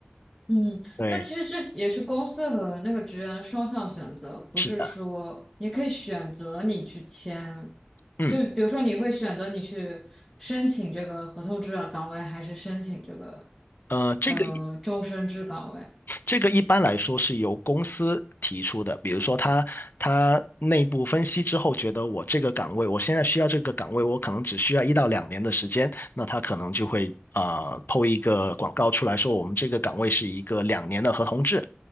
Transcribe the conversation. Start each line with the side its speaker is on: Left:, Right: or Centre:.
Centre: 嗯，
Left: 对，
Centre: 那其实这也是公司和那个职员的双向选择，不是说你可以选择你去签，
Left: 是的，嗯，
Centre: 就比如说你会选择你去申请这个合同制的岗位，还是申请这个
Left: 呃，这个。
Centre: 呃终身制岗位？
Left: 这个一般来说是由公司提出的，比如说他他内部分析之后，觉得我这个岗位，我现在需要这个岗位，我可能只需要一到两年的时间，那他可能就会啊、呃、抛一个广告出来说，我们这个岗位是一个两年的合同制，